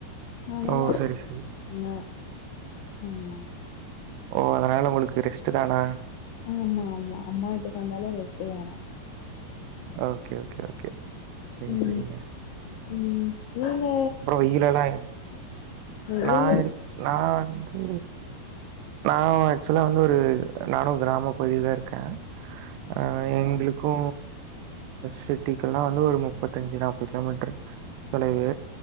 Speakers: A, on the left; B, on the right.
A: அதனால
B: ஓ
A: <inaudible>
B: சரி சரி
A: ங்க ஆமா
B: ஓ அதனால உங்களுக்கு ரெஸ்ட்டு தான
A: ஆமா ஆமா அம்மா வீட்டுக்கு வந்தாலே ரெஸ்ட்டு தான
B: ஓகே ஓகே ஓகே சேரி
A: ம்
B: சேரிங்க
A: ம் நீங்க
B: வெயிலெல்லா
A: <unintelligible> வெயில்
B: நா இருக் நா வந்து நா ஆக்சுவலா வந்து ஒரு நானு கிராம பகுதி தாருக் கே ஆ எங்களுக் கு சிட்டிக்குல்லா வந்து ஒரு முப்பத்தஞ்சு நாப்பது கிலோமீட்டரு தொலைவு